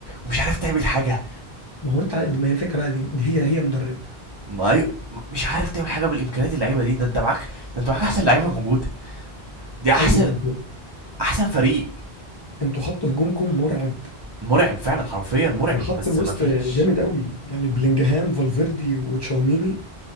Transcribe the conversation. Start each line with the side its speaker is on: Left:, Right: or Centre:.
Right: ومش عارف تعمل حاجة
Left: ما هو انت عاد- ما هي الفكره بقى دي دي هي هي مدرب
Right: ما أي... مش عارف تعمل حاجة بالامكانيات اللعيبة دي ده انت معاك ده انت معاك احسن لعيبة موجودة دي احسن
Left: ايوه انتوا
Right: احسن فريق
Left: انتوا خط هجومكم مرعب
Right: مرعب فعلا حرفيا مرعب
Left: وخط
Right: بس
Left: الوسط
Right: ما فيش
Left: جامد قوي يعني بلينجهام فالفيردي وتشاوميني